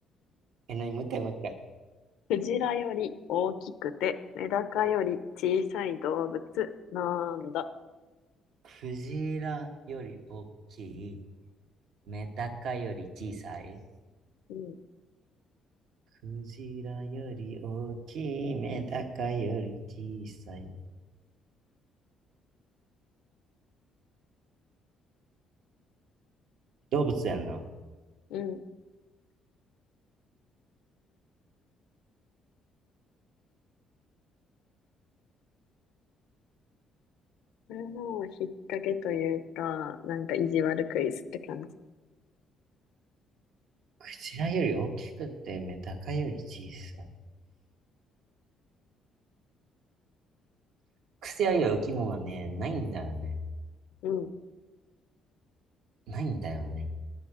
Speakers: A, on the right; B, on the left.
A: え、なに、もう一回、もう一回。
B: クジラより大きくて、メダカより小さい動物なんだ。
A: クジラより大きい、メダカより小さい。
B: うん、
A: クジラより大きい、メダカより小さい。動物やんな。
B: うん。これも引っ掛けというか、なんか意地悪クイズって感じ。
A: クジラより大きくて、メダカより小さい。クセある生き物がね、ないんだよね。
B: うん。
A: ないんだよね。